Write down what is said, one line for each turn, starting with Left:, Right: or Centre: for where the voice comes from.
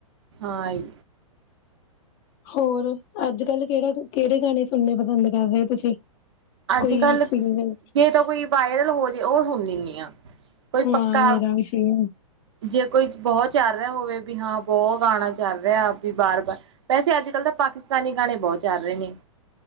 Right: ਹਾਂ ਆਈ।
Left: ਹੋਰ ਅੱਜ ਕੱਲ੍ਹ ਕਿਹੜਾ ਕਿਹੜੇ ਗਾਣੇ ਸੁਣਨੇ ਪਸੰਦ ਕਰਦੇ ਓ ਤੁਸੀਂ?
Right: ਅੱਜ
Left: ਕੋਈ
Right: ਕੱਲ
Left: ਸਿੰਗਰ
Right: ਜੇ ਤਾਂ ਕੋਈ ਵਾਇਰਲ ਹੋ ਜੇ ਉਹ ਸੁਣ ਲਿਂਨੀ ਆਂ। ਕੋਈ
Left: ਹਾਂ
Right: ਪੱਕਾ
Left: ਮੇਰਾ ਵੀ ਸੇਮ
Right: ਜੇ ਕੋਈ ਬਹੁਤ ਚੱਲ ਰਿਹਾ ਹੋਵੇ ਵੀ ਹਾਂ ਬਹੁਤ ਗਾਣਾ ਚੱਲ ਰਿਹਾ ਵੀ ਬਾਰ ਬਾਰ ਵੈਸੇ ਅੱਜ ਕੱਲ੍ਹ ਤਾਂ ਪਾਕਿਸਤਾਨੀ ਗਾਣੇ ਬਹੁਤ ਚੱਲ ਰਹੇ ਨੇ,